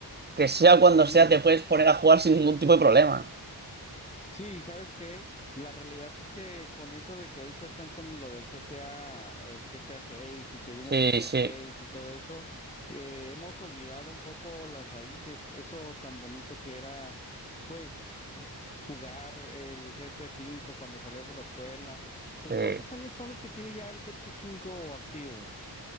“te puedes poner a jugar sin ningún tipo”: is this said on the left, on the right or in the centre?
Right